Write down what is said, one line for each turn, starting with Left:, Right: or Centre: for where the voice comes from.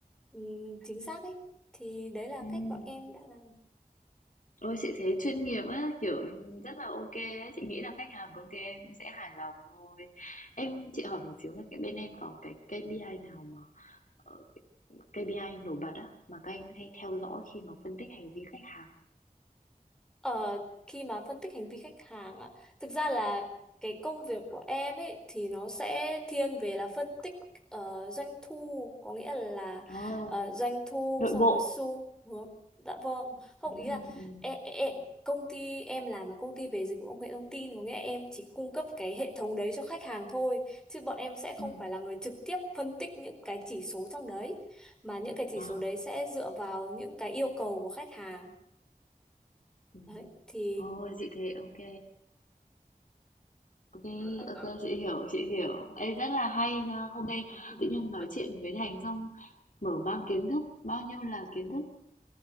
Centre: ừm, chính xác ấy. Thì đấy là
Left: ừm.
Centre: cách bọn em đã làm.
Left: Ôi chị thấy chuyên nghiệp á, kiểu rất là ok á, chị nghĩ là khách hàng công ty em cũng sẽ hài lòng thôi. Em chị hỏi một xíu là cái bên em có cái KPI nào mà ờ, KPI nổi bật á mà các anh hay theo dõi khi mà phân tích hành vi khách hàng không?
Centre: Ờ, khi mà phân tích hành vi khách hàng ạ, thực ra là cái công việc của em ấy thì nó sẽ thiên về là phân tích ờ, doanh thu, có nghĩa là
Left: Ờ,
Centre: ờ, doanh thu
Left: nội
Centre: xong
Left: bộ.
Centre: rồi xu hướng. Dạ vâng, không
Left: Ừ,
Centre: ý là
Left: ừ,
Centre: em, em công ty em làm là công ty về dịch vụ công nghệ thông tin, có nghĩa là em chỉ cung cấp cái hệ thống đấy cho khách hàng thôi, chứ bọn em sẽ không
Left: ừ.
Centre: phải là người trực tiếp phân tích những cái chỉ số trong đấy, mà những cái chỉ
Left: À,
Centre: số đấy sẽ dựa vào những cái yêu cầu của khách hàng.
Left: ừ.
Centre: Đấy, thì
Left: Ôi chị thấy ok. Ok,
Centre: không.
Left: ok chị hiểu, chị hiểu. Ê rất là hay nha. Hôm nay
Centre: <laughs>
Left: tự nhiên nói chuyện với Thành xong mở mang kiến thức, bao nhiêu là kiến thức